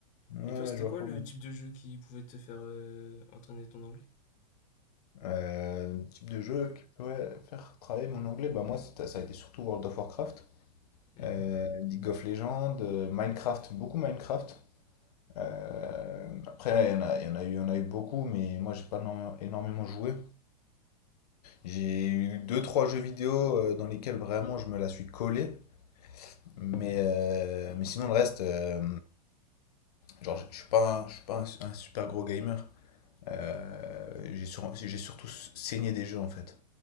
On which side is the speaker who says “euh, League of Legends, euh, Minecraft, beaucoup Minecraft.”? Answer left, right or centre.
Left